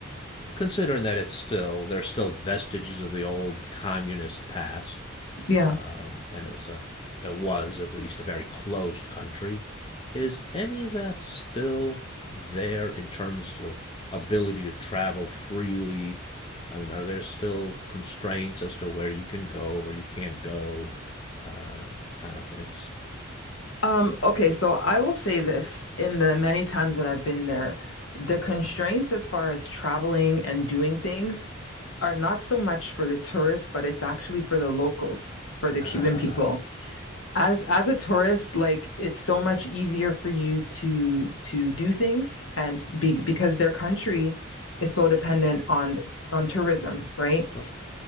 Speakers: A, on the left; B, on the left.
A: considering that it's still there's still vestiges of the old communist past,
B: Yeah.
A: um, and it was a it was at least a very closed country. Is any of that still there in terms of ability to travel freely? I mean, are there still constraints as to where you can go, where you can't go, uh, kind of things?
B: Um, okay, so I will say this in the many times that I've been there, the constraints as far as traveling and doing things are not so much for the tourists, but it's actually for the locals, for the
A: Ah,
B: Cuban people. as as a tourist like it's so much easier for you to to do things and be because their country is so dependent on on tourism right
A: okay.